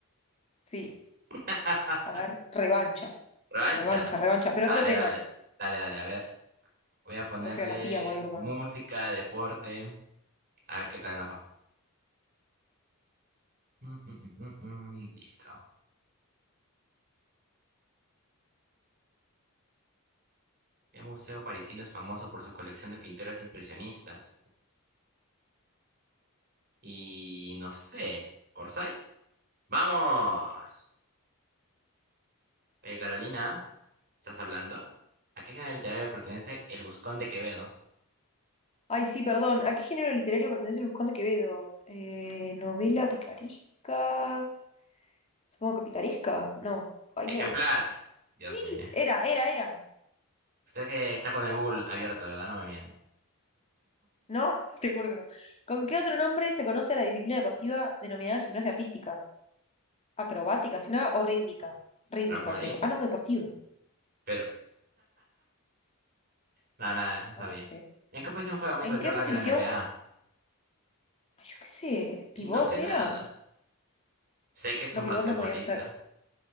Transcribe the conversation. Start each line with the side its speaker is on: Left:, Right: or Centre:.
Left: Sí,
Right: <laughs>
Left: A ver, revancha,
Right: Rancha.
Left: revancha, revancha, pero
Right: Vale,
Left: otro tema,
Right: vale. Dale, dale, a ver. Voy a ponerle
Left: tipo geografía o algo más.
Right: música, deporte. A ver qué tal nos va. Mm, mm, mm, mm, mm, Listo. El museo parisino es famoso por su colección de pinturas impresionistas. Y no sé. ¿Orsay? ¡Vamos! Oye, Carolina, ¿estás hablando? ¿A qué género literario pertenece El Buscón de Quevedo?
Left: Ay, sí, perdón, ¿a qué género literario pertenece Luzcón de Quevedo? Eh, novela picaresca. Supongo que picaresca, no. Ay,
Right: Ejemplar.
Left: no.
Right: Dios
Left: Sí,
Right: mío.
Left: era, era, era.
Right: Usted que está con el Google abierto, ¿verdad? No me miento.
Left: No, <laughs> te juro que no. ¿Con qué otro nombre se conoce a la disciplina deportiva denominada gimnasia artística? ¿Acrobática, si nada, o rítmica? Rítmica,
Right: Trampolín.
Left: creo. Ah, no, deportiva.
Right: Pero, nada, nada, no sabía.
Left: Ah, no sé.
Right: ¿En qué posición juega Michael
Left: ¿En qué
Right: Jordan
Left: posición?
Right: en la NBA?
Left: Ay, Yo qué sé,
Right: Y
Left: ¿pivot
Right: no sé nada.
Left: era?
Right: Sé que es
Left: No,
Right: un basquetbolista.
Left: pivot no podía ser.